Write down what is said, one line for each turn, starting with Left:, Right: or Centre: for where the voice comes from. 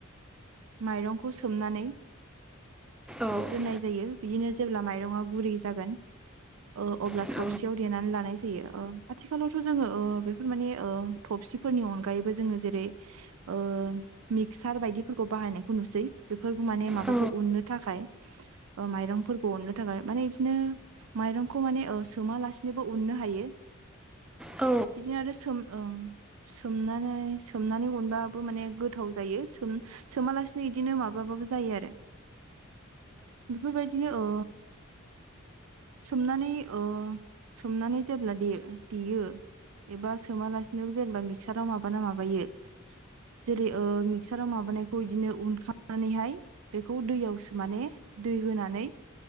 Right: माइरंखौ सोमनानै
Centre: औ
Right: दोननाय जायो बिदिनो जेब्ला माइरंआ गुरु जायो जागोन ओ अब्ला
Centre: औ
Right: थबसिआव देनानै लानाय जायो ओ आथिखालावथ जों ओ बेफोरमाने ओ थबसिफोरनि अनगायैबो जोङो जेरै ओ मिक्सर बायदिफोरखौ बाहायनायखौ नुसै बेफोर माने माबाखौ
Centre: औ
Right: उननो थाखाय ओ माइरंफोरखौ उननो थाखाय माने <unintelligible> माइरंखौ माने ओ सोमालासिनोबो उननो हायो
Centre: औ
Right: बिदिनो आरो सोम ओं सोमनानै सोमनानै उनबा <unintelligible> माने गोथाव जायो ओम सोमालासिनो इदिनो माबाबाबो जायो आरो बेफोरबायदिनो औ सोमनानै ओ सोमनानै जेब्ला देयो एबा सोमालासिनो जेनेबा मिक्साराव माबाना माबायो जेरै ओ मिक्साराव माबानाय बेखौ इदिनो उनखांनानैहाय बेखौ दैयावसो माने दै होनानै